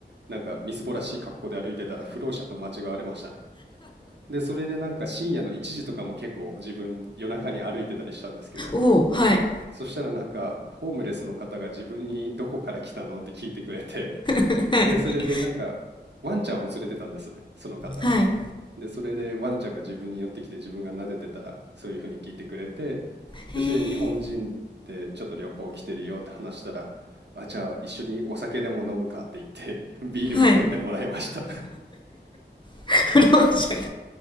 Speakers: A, on the right (about 70°); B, on the left (about 25°).
A: なんかみすぼらしい格好で歩いてたら不老者と間違われましたね。で、それでなんか深夜の1時とかも結構自分夜中に歩いてたりしたんですけど、
B: おおはい
A: そしたらなんかホームレスの方が自分にどこから来たのって聞いてくれて、
B: はい
A: で、それでなんかワンちゃんを連れてたんですね、その方。
B: はい
A: で、それでワンちゃんが自分に寄ってきて自分が撫でてたらそういうふうに聞いてくれて、
B: へえ
A: で、それで日本人でちょっと旅行来てるよって話したら、あ、じゃあ一緒にお酒でも飲むかって言って <laughs> ビール恵んでもらいました
B: はいフローシャ